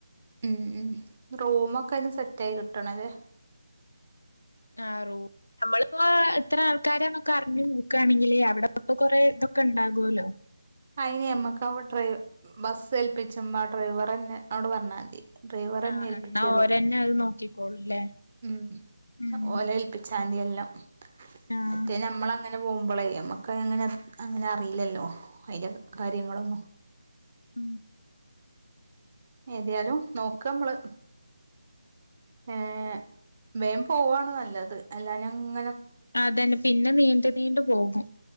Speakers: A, on the right; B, on the left.
A: ഉം ഉം റൂമൊക്കെ എനി സെറ്റായി കിട്ടണല്ലേ
B: ആഹ് റൂ നമ്മള് ഇപ്പോ എത്ര ആൾക്കാരാണ് ക്കെ അറിഞ്ഞ് നോക്കാണെങ്കില് അവിടെപ്പൊ കൊറേ ഇതൊക്കെ ഉണ്ടാകൂല്ലോ
A: അയിന് അമ്മക്കവ ഡ്രൈ ബസ് ഏൽപ്പിച്ചുമ്മ ഡ്രൈവർ എന്നെ അന്നോട് പറഞ്ഞാൽ മതി ഡ്രൈവറന്നെ
B: ആഹ്
A: ഏൽപ്പിച്ചേരും
B: എന്നാ ഓരന്നെ അത് നോക്കിക്കോളൂല്ലേ
A: ഉം
B: ഉം
A: ഓലെ ഏൽപ്പിച്ചാ മതി എല്ലാം
B: ആഹ്
A: മറ്റേ നമ്മളെ അങ്ങനെ പോകുമ്പോളേ നമ്മക്ക് അങ്ങനെ അ അങ്ങനെ അറിയില്ലല്ലോ അയിന്റെ കാര്യങ്ങളൊന്നും
B: ഉം
A: ഏതിയാലും നോക്കാ ഇമ്മള് ഏഹ് വേം പോവാണ് നല്ലത് അല്ലാഞ്ഞാ ഇങ്
B: അതന്നെ പിന്നെ നീണ്ടു നീണ്ടു പോകും